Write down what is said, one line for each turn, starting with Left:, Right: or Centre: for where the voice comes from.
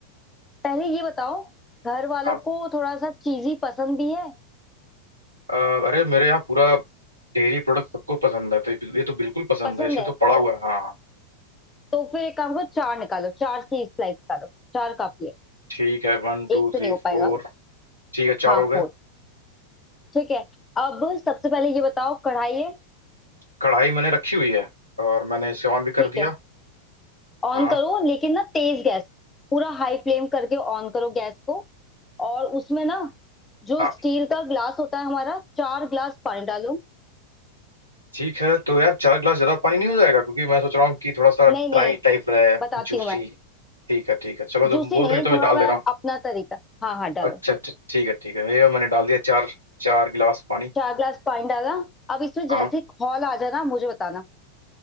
Left: पहले ये बताओ घर वालों
Right: हाँ,
Left: को थोड़ा सा चीजी पसंद भी है
Right: अ, अरे मेरे यहाँ पूरा डेयरी प्रोडक्ट सबको पसंद है तो ये तो बिल्कुल पसंद
Left: पसंद
Right: है इसलिए
Left: है
Right: तो पड़ा हुआ है हाँ
Left: तो फिर एक काम करो चार निकालो चार चीज स्लाइस निकालो चार काफी है
Right: ठीक है वन टू
Left: एक से
Right: थ्री
Left: नहीं हो पाएगा
Right: फोर ठीक है चार
Left: हाँ
Right: हो गए
Left: फोर ठीक है अब सबसे पहले ये बताओ कढ़ाई है
Right: कढ़ाई मैंने रखी हुई है और मैंने इसे ऑन भी
Left: ठीक
Right: कर दिया
Left: है ऑन
Right: हाँ
Left: करो लेकिन ना तेज गैस पूरा हाई फ्लेम करके ऑन करो गैस को और उसमें ना जो
Right: हाँ
Left: स्टील का ग्लास होता है हमारा चार ग्लास पानी डालो
Right: ठीक है तो यार चार गिलास ज्यादा पानी नहीं हो जाएगा क्योंकि मैं सोच रहा हूँ कि थोड़ा सा ड्राई
Left: नहीं नहीं
Right: टाइप रहे
Left: बताती
Right: जूसी
Left: हूँ मैं
Right: ठीक है ठीक है चलो जब
Left: जूसी
Right: बोल
Left: नहीं
Right: रही हो तो मैं
Left: थोड़ा
Right: डाल
Left: मैं
Right: दे रहा हूँ
Left: अपना तरीका हाँ हाँ डालो
Right: अच्छा अच्छा ठीक है ठीक है ये मैंने डाल दिया चार चार गिलास पानी
Left: चार ग्लास पानी डाला अब इसमें जैसे
Right: हाँ
Left: ही खौल आ जाना मुझे बताना